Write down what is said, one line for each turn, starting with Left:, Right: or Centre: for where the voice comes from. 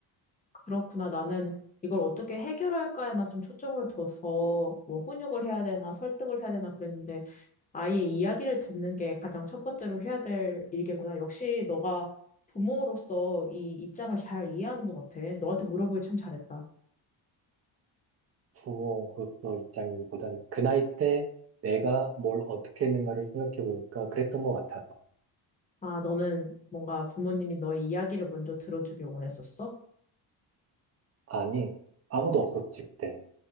Left: 그렇구나. 나는 이걸 어떻게 해결할까에만 좀 초점을 둬서 뭐 훈육을 해야 되나 설득을 해야 되나 그랬는데 아이의 이야기를 듣는 게 가장 첫 번째로 해야 될 일이겠구나. 역시 너가 부모로서 이 입장을 잘 이해하는 것 같아. 너한테 물어보길 참 잘했다.
Right: 부모로서 입장이기보단 그 나이 때 내가 뭘 어떻게 했는가를 생각해 보니까 그랬던 것 같아서.
Left: 아, 너는 뭔가 부모님이 너의 이야기를 먼저 들어주길 원했었어?
Right: 아니, 아무도 없었지, 그땐.